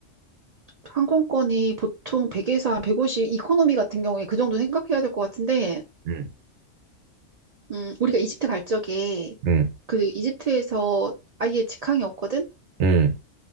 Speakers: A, on the right (about 80°); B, on the right (about 70°).
A: 항공권이 보통 100에서 한 150, 이코노미 같은 경우에 그 정도 생각해야 될 것 같은데,
B: 음.
A: 음, 우리가 이집트 갈 적에
B: 음,
A: 그 이집트에서 아예 직항이 없거든?
B: 음,